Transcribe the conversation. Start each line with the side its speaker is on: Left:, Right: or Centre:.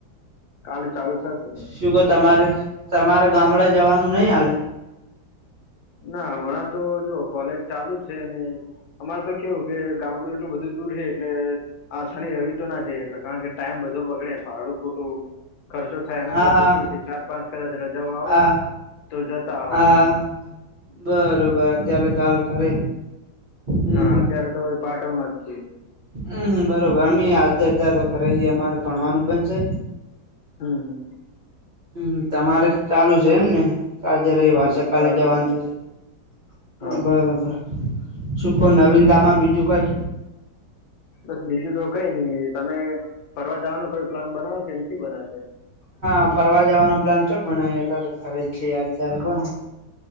Left: કાલે ચાલુ થશે
Right: શુગર તમારે તમારે ગામડે જવાનું નહીિ હાલે
Left: ના હમણાં તો જો કોલેજ ચાલુ જ છે ને અમારે તો કેવું કે ગામડું એટલુંધું દૂર હ એટલે આસાની રવિ તો ના જઈ શકે કારણ કે ટાઈમ બધું બગડે ભાડું ખોટું ખર્ચો થાય એના
Right: હા
Left: કરતા
Right: હા
Left: કેવું કે ચાર પાંચ કદાચ રજાઓ આવે
Right: હા
Left: ને તો જતા આવવાનું
Right: હા
Left: એમ
Right: બરોબર અત્યારે દાલ કરે હમ
Left: હા અત્યારે તો એ પાટણમાં જ છીએ
Right: હમ હમ બરોબર અમ આવાલતા અતં તો ખરે છે અમારે ભણવાનું બનશે
Left: હમ હમ
Right: હમ તમારે ચાલુ છે એમ ને આજે રવિવાર
Left: હા બસ
Right: છે કાલે
Left: ચાલુ
Right: જવાનું
Left: છે
Right: તો જ
Left: હા
Right: બરોબર શ કો નવીનતાા માં બીજું કઈ
Left: બસ બીજું તો કઈ નઈ તમે ફરવા જવાનું કોઈ પ્લાન બનાવ કે નથી બનાવેશે
Right: મ ફરવા જવાનો પ્લાન ચો ભને અત્યારે ખરી છે અ ત્યારે કોને